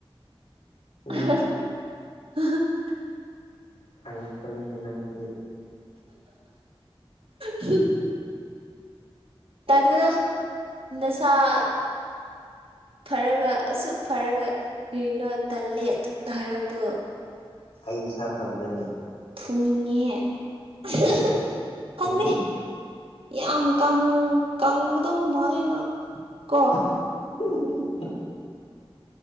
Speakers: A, on the right; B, on the left.
A: ꯑ
B: ꯎꯝ ꯑꯉꯥꯡ ꯐꯅꯤ ꯍꯟꯅꯁꯤꯗꯤ
A: ꯎ ꯇꯗ ꯃꯅꯣ ꯅꯁꯥ ꯐꯔꯒ ꯑꯁꯨꯛ ꯐꯔꯒ ꯀꯔꯤꯅꯣ ꯇꯜꯂꯦ ꯑꯗꯨꯅ ꯍꯥꯏꯔꯧꯗꯣ
B: ꯑꯩ ꯏꯁꯥ ꯐꯕ꯭ꯔꯅꯦ
A: ꯐꯨꯅꯤꯡꯉꯤꯍ‌ꯦ <unintelligible> ꯈꯪꯗ‌ꯦ
B: ꯎꯝ
A: ꯌꯥꯝ ꯀꯪꯕꯗꯧ ꯃꯥꯂꯦꯅꯪ ꯀꯣ
B: <unintelligible>